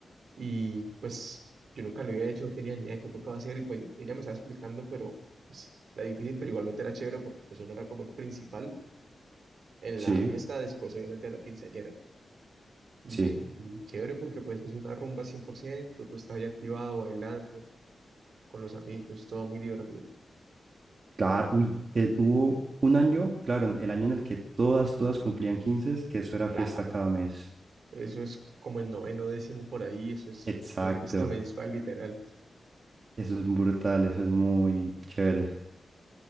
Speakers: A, on the right; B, on the right.
A: y pues yo nunca lo había hecho, no tenía ni idea de qué tocaba hacer, y pues ella me estaba explicando, pero pues, era difícil, pero igualmente era chévere porque pues uno era como el principal en
B: Sí,
A: la fiesta, después obviamente de la quinceañera. Y,
B: sí.
A: y chévere porque pues es una rumba cien por ciento tú estás ahí activado, bailando con los amigos, todo muy divertido.
B: Claro, uy, eh, hubo un año, claro, en- el año en el que todas, todas cumplían 15, que eso era
A: Claro,
B: fiesta cada mes.
A: eso es como en noveno, décimo por ahí, eso es
B: Exacto,
A: como fiesta <laughs> mensual, literal.
B: eso es brutal, eso es muy chévere.